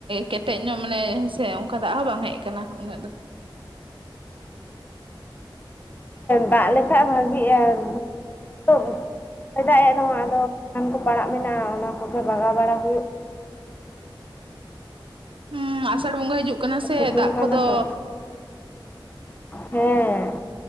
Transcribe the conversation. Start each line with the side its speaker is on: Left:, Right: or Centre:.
Right: ᱠᱮᱴᱮᱡ ᱧᱚᱜ ᱢᱟᱱᱮ ᱦᱮᱸ ᱥᱮ ᱚᱱᱠᱟ ᱫᱟᱜ ᱦᱚᱸ ᱵᱟᱝ ᱦᱮᱡ ᱟᱠᱟᱱᱟ ᱩᱱᱟᱹᱜ ᱫᱚ᱾
Left: ᱫᱟᱜ ᱞᱮᱠᱷᱟᱡ ᱵᱷᱟᱜᱤᱜᱼᱟ᱾ <unintelligible> ᱥᱟᱦᱟᱱ ᱠᱚ ᱯᱟᱲᱟᱜ ᱢᱮᱱᱟᱜᱼᱟ ᱚᱱᱟ ᱠᱚᱜᱮ ᱵᱟᱜᱟᱣ ᱵᱟᱲᱟ ᱦᱩᱭᱩᱜ
Right: ᱦᱩᱸ ᱟᱥᱟᱲ ᱵᱚᱸᱜᱟ ᱦᱤᱡᱩᱜ ᱠᱟᱱᱟ ᱥᱮ
Left: ᱥᱤᱛᱩᱝ
Right: ᱫᱟᱜ
Left: ᱠᱟᱱᱟ
Right: ᱠᱚᱫᱚ
Left: ᱛᱚ ᱦᱮᱸ